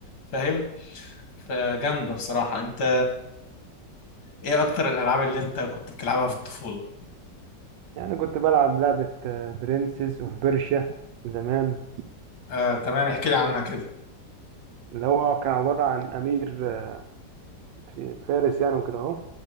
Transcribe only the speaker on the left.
فاهم فجامدة بصراحة انت ايه اكتر الالعاب اللي انت كنت بتلعبها في الطفولة
آه تمام احكي لي عنها كده